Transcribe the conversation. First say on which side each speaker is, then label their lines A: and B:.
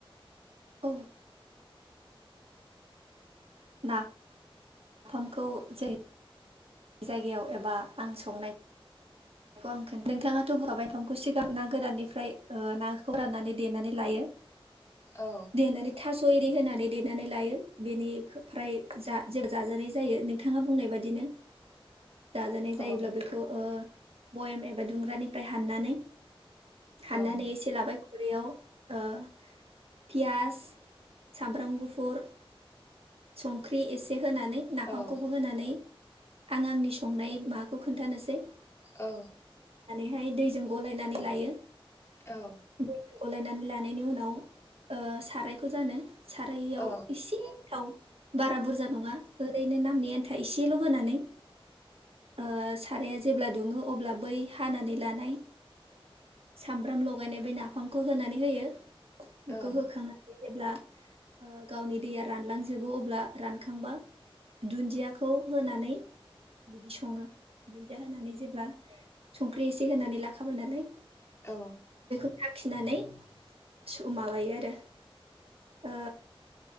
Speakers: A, on the right; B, on the left.
A: औ ना फामखौ जोंनि जायगायाव एबा आं संनाय बेखौ आं खोन नोंथाङाथ' बुंखाबाय नाफामखौ सिगां ना गोराननिफ्राय ओ नाखौ राननानै देनानै लायो।
B: औ
A: देनानै थास' एरि होनानै देनानै लायो बेनिफ्राय जा-जाजानाय जायो नोंथाङा बुंनाय बादिनो। जाजानाय जायोब्ला
B: औ
A: बेखौ ओ भयेम एबा दुंग्रानिफ्राय हाननानै हाननानै
B: औ
A: एसे लाबाय बेैयाव ओ पियास सामब्राम गुफुर संख्रि एसे होनानै नाफामखौबो
B: औ
A: होनानै आं आंनि संनाय माबाखौ खोनन्थानोसै।
B: औ।
A: हाय दैजों गलायनानै लायो।
B: औ।
A: दैजों गलायनानै लानायनि उनाव ओ सारायखौ जानो। साराइयाव
B: औ
A: एसे थाव बारा बुरजा नङा ओरैनो नामनि आन्था एसेल' होनानै ओ साराया जेब्ला दुङो अब्ला बै हानानै लानाय सामब्राम लगायनाय बै नाफामखौ होनानै होयो। बेखौ
B: औ
A: होखांनानै जेब्ला गावनि ओ दैया रानलां जोबो अब्ला रानखांबा दुन्दियाखौ होनानै बिदि सङो। दुन्दिया होनानै जेब्ला संख्रि एसे होनानै लाखाबाय नालाय
B: औ
A: आखिनानै स माबायो आरो ओ